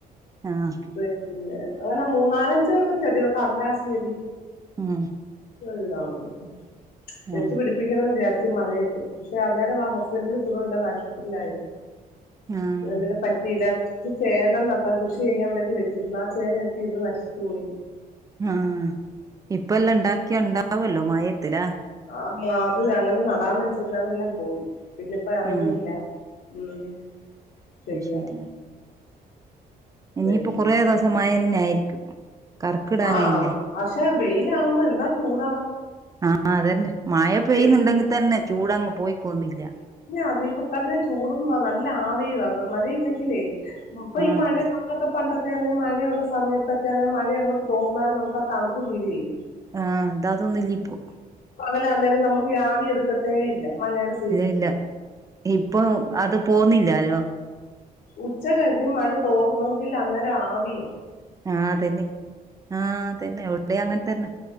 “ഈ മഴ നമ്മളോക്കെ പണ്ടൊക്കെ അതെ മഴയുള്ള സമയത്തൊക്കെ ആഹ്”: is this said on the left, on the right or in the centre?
Left